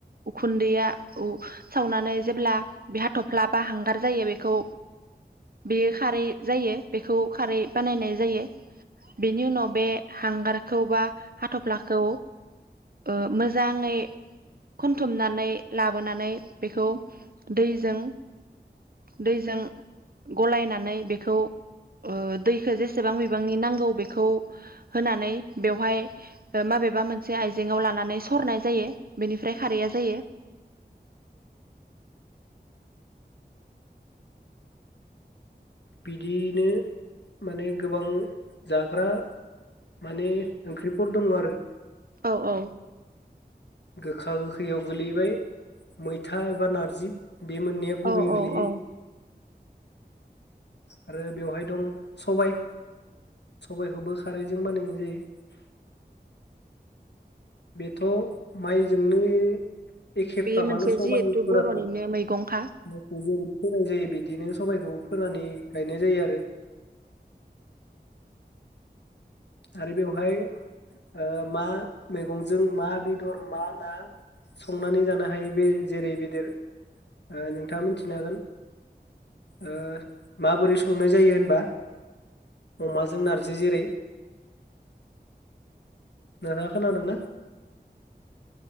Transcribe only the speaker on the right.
उखुन्दैया उ सावनानै जेब्ला बे हाथफ्ला बा हांगार जायो बेखौ बेयो खारै जायो बेखौ खारै बानायनाय जायो बेनि उनाव बे हांगार खौ बा हाथफ्लाखौ ओ मोजाङै खनथुमनानै लाबोनानै बेखौ दैजों दैजों गलायनानै बेखौ ओ दैखो जेसेबां बिबांनि नांगौ बे खौ होनानै बेवहाय ओ माबेबा मोनसे आयज जेङाव लानानै सरनाय जायो। बेनिफ्राय खारैया जायो।
औ औ।
औ औ
औ
बे मोनसे
जिहेथु बर'निनो
मैगंखा